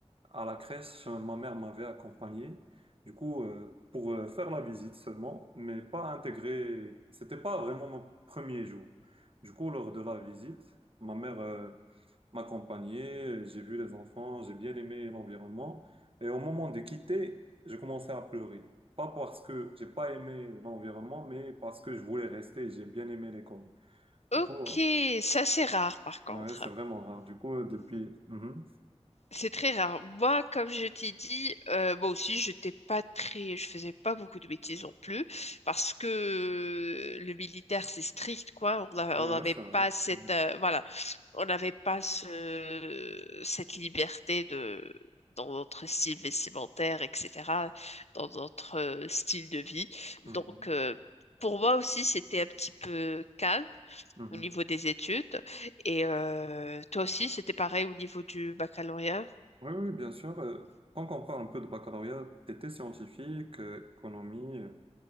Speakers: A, on the right; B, on the left.
A: à la crèche, euh, ma mère m'avait accompagné. Du coup, euh, pour euh, faire la visite seulement, mais pas intégrer. C'était pas vraiment mon premier jour. Du coup, lors de la visite, ma mère euh, m'accompagnait. J'ai vu les enfants, j'ai bien aimé l'environnement. Et au moment de quitter, je commençais à pleurer. Pas parce que j'ai pas aimé l'environnement, mais parce que je voulais rester. J'ai bien aimé l'école.
B: Ok,
A: Du coup, euh,
B: ça c'est rare par contre.
A: ouais, c'est vraiment rare. Du coup, euh, depuis. Mhm.
B: C'est très rare. Moi, comme je t'ai dit, euh, moi aussi, j'étais pas très, je faisais pas beaucoup de bêtises non plus, parce que le militaire, c'est strict, quoi. On a-
A: Ouais,
B: on
A: ouais,
B: n'avait
A: c'est vrai.
B: pas cette,
A: c'est vrai.
B: euh, voilà, on n'avait pas ce, cette liberté de, dans notre style vestimentaire, etc., dans notre euh, style de vie.
A: Mhm.
B: Donc, euh, pour moi aussi, c'était un petit peu calme
A: Mhm.
B: au niveau des études. Et euh, toi aussi, c'était pareil au niveau du baccalauréat?
A: Oui, oui, bien sûr. Euh, Tant qu'on parle un peu de baccalauréat, t'étais scientifique, euh, économie, euh,